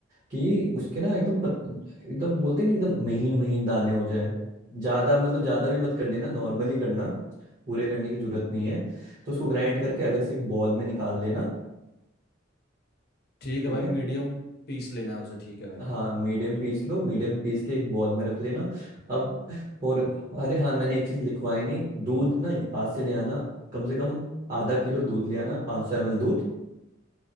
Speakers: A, on the right; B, on the left.
A: कि उसके ना एकदम पत, एकदम बोलते नहीं एकदम महीन महीन दाने हो जाएं ज्यादा मतलब ज्यादा भी मत कर लेना नॉर्मली करना पूरे करने की जरूरत नहीं है तो उसको ग्राइंड करके अलग से एक बॉल में निकाल लेना
B: ठीक
A: ठीक
B: है भाई
A: है
B: मीडियम पीस लेना है उसे ठीक है भाई
A: हाँ मीडियम पीस लो मीडियम पीस के एक बॉल में रख लेना अब और अरे हाँ मैंने एक चीज लिखवाई नहीं दूध ना यहाँ से ले आना कम से कम आधा किलो दूध ले आना 500 सौ एमएल दूध